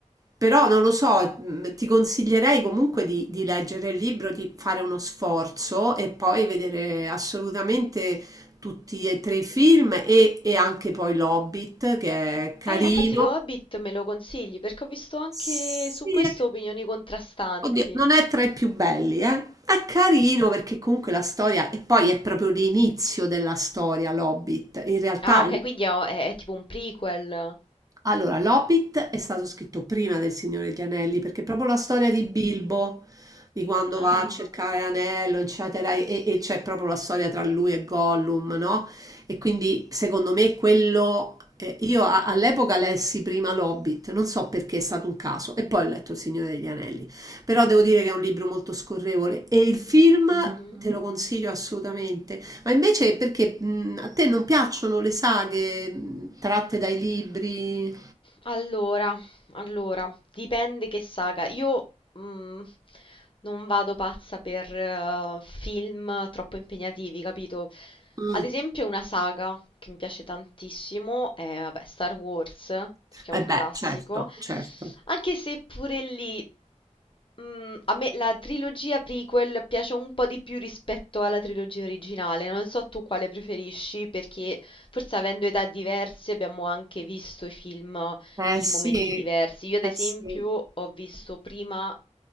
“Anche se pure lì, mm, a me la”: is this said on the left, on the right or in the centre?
Left